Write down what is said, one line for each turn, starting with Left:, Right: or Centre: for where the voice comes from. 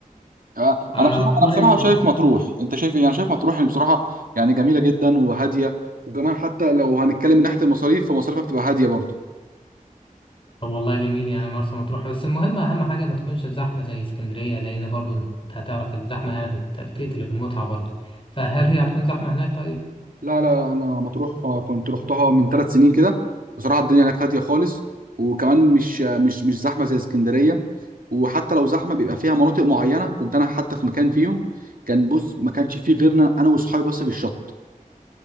Right: آه،
Left: آه
Right: انا بصراحه
Left: والله
Right: انا بصراحه شايف مطروح انت شايف ايه انا شايف مطروح يعني بصراحه يعني جميله جدا وهاديه وكمان حتى لو هنتكلم من ناحيه المصاريف فمصاريفها بتبقى هاديه برضه
Left: طب والله جميل يعني مرسى مطروح بس المهم اهم حاجه ما تكونش الزحمه زي اسكندريه لان برضه انت هتعرف الزحمه يعني بت- بتقتل المتعه برضه فهل هي هتكون زحمه هناك طيب
Right: لا لا انا مطروح آه، كنت رحتها من ثلاث سنين كده بصراحه الدنيا هناك هاديه خالص وكمان مش آه، مش مش زحمه زي اسكندريه وحتى لو زحمه بيبقى فيها مناطق معينه كنت انا حتى في مكان فيهم كان بص ما كانش فيه غيرنا انا واصحابي بس في الشط